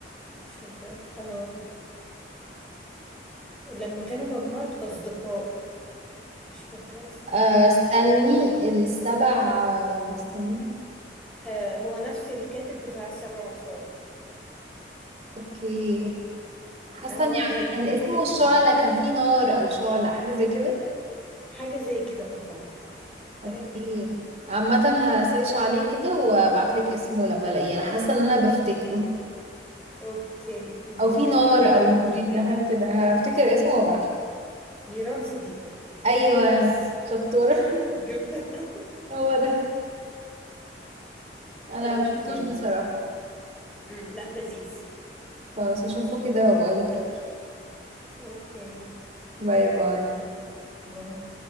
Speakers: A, in the centre; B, on the right.
A: مش فاكره اه لما كانوا مجموعه اصدقاء مش فاكره اسمه
B: آه،
A: يا رب
B: استني السبع ولا استني
A: آه هو نفس الكاتب بتاع السبع وصايا
B: اوكي حاسه
A: آه هو
B: اني
A: انا
B: عارفه
A: بحب
B: كان اسمه
A: حاجات
B: الشعلة
A: كتير
B: كان فيه نار او شعلة حاجه زي كده
A: حاجه زي كده اه فاهمه تخيلي
B: اوكي عامه هسيرش عليه كده وابعتلك اسمه لما الاقيه انا حاسه ان انا بفتكره
A: اوكي ما تفتكري
B: او في نار
A: اكيد
B: او
A: ابعتيلي
B: نورية حاجه كده هفتكر اسمه وابعتلك
A: نيران صديقه
B: ايوه
A: يس
B: شطوره
A: <laughs> جبتها
B: هو ده انا
A: اوكي
B: مشفتوش بصراحه
A: امم لا لذيذ
B: خلاص اشوفه كده وبقولك رأيي
A: اوكي
B: باي باي
A: باي